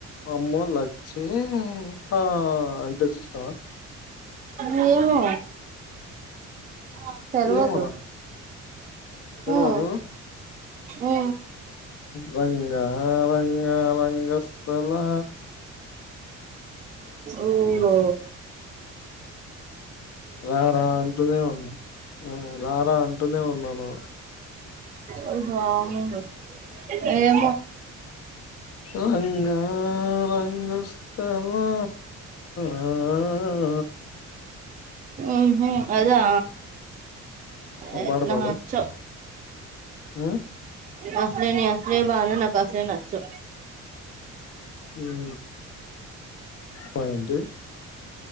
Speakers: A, on the left; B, on the right.
A: మామ్ మనలాచ్చే అ జస్త
B: ఏమొ ఆ తెర్వదు
A: ఏమోరా తెలవదు
B: ఉ ఊ
A: రంగా రంగ రంగ స్థలా
B: ఓనో
A: రారా అంటూనే ఉన్నా రారా అంటూనే ఉన్నాం. మా
B: అది బాగుంది ఏమొ
A: అవునా ఆ రంగస్తలనా ఆ
B: అబ్బా అదా
A: ఒక
B: ఏ
A: పాట
B: నా
A: పాడు
B: చో
A: ఆ
B: అసలేని అసలే బాను నాకుసలే నచ్చు
A: మ్ పంటి